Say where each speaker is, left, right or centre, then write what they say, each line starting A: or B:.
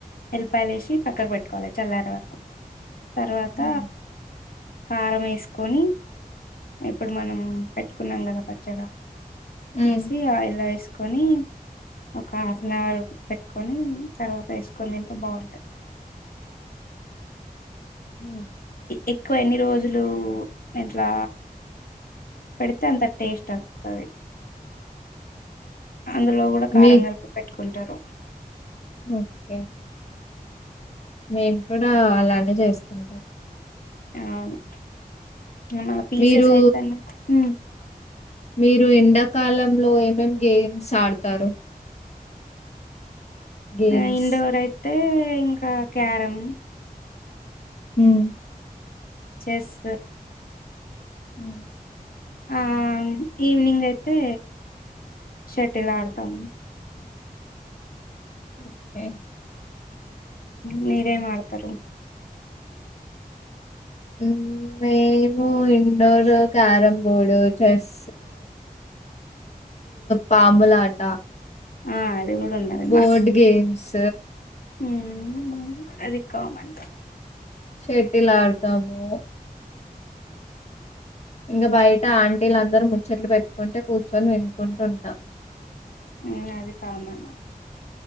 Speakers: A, on the left; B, on the left.
A: ఎల్లిపాయలేసి పక్కకు పెట్టుకోవాలె చల్లరే వరకు తర్వాత
B: హ్మ్.
A: కారం ఏసుకొని ఇప్పుడు మనం పెట్ కున్నాం కదా పచ్చడ.
B: హ్మ్.
A: తీసి ఆయిల్ ల తీసుకొని ఒక హాఫ్ నవర్ పెట్టుకొని తర్వాత ఏసుకొని తింటే బావుంటాయి
B: ఉమ్
A: ఎక్కువ ఎన్ని రోజులు ఇట్లా పెడితే అంత టేస్ట్ వత్తది అందులో కూడా కారం
B: మీ
A: కలిపి పెట్టుకుంటారు
B: ఓకే మేము కూడా అలాగే చేసుకుంటాం
A: అవును ఇంగ మా పీసెస్
B: మీరు,
A: అయిపోయింది మ్మ్
B: మీరు ఎండాకాలంలో ఏమేం గేమ్స్ ఆడతారు గేమ్స్.
A: ఆ ఇండోరై తే ఇంక క్యారం
B: ఉమ్
A: చెస్
B: ఉమ్
A: ఆమ్ ఈవెనింగ్ అయితే షటిల్ ఆడతాము
B: ఓకే
A: మీరేం ఆడతారు
B: మ్మ్ మేము ఇండోర్ క్యారం బోడు చెస్ పాములాట
A: ఆ అది కూడా ఉన్నది
B: బోర్డ్ గేమ్స్
A: మ్మ్ అది కామన్
B: షెటిల్ ఆడతాము ఇంకా బయట ఆంటీలు అందరూ ముచ్చట్లు పెట్టుకుంటే కూర్చొని వినుకుంటూ ఉంటా
A: మ్ అది కామన్నా